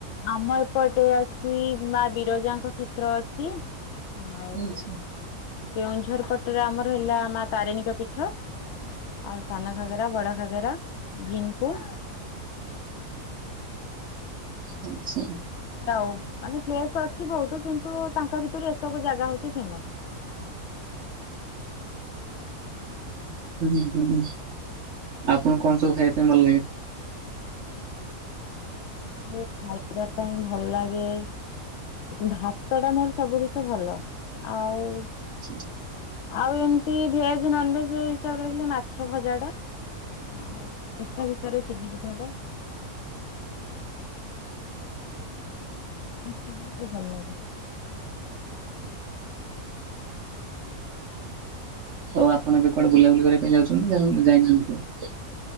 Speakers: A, on the left; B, on the right.
A: ଆମ ଏପଟେ ଅଛି ମା ବିରଜାଙ୍କ କ୍ଷେତ୍ର ଅଛି ଆଉ
B: ଆଚ୍ଛା
A: କେଉଁଝର ପଟରେ ଆମର ହେଲା ମା ତାରିଣୀଙ୍କ ପୀଠ ଆଉ ସାନଘାଗରା, ବଡଘାଗରା, ଭୀମକୁଣ୍ଡ୍
B: ଆଚ୍ଛା।
A: ଆଚ୍ଛା ହଉ। ମାନେ ପ୍ଲେସ୍ ଅଛି ବହୁତ କିନ୍ତୁ ତାଙ୍କ ଭିତରୁ ଏସବୁ ଜାଗା ହଉଛି ଫେମସ୍।
B: ହୁଁ ହୁଁ। ଆପଣଙ୍କୁ କଣ ସବୁ ଖାଇବା ପାଇଁ ଭଲ ଲାଗେ?
A: ମତେ ଖାଇବା ପାଇଁ ଭଲ ଲାଗେ ଭାତଟା ମୋର ସବୁଠୁ ତ ଭଲ। ଆଉ
B: ସେଇଆ
A: ଆଉ ଏମତି ଭେଜ୍ ନନ୍ ଭେଜ୍ ହିସାବରେ ଦେଖିଲେ, ମାଛ ଭଜାଟା ଆଉ ପିଠା ଭିତରେ ସୁଜି ପିଠାଟା ଏତିକି ମତେ ଭଲ ଲାଗେ।
B: ହଉ ଆପଣ ଏବେ କୁଆଡେ ବୁଲାବୁଲି କରିବା ପାଇଁ ଯାଉଛନ୍ତି ନା ଯାଇ ଯାଇନାହାନ୍ତି କେବେ?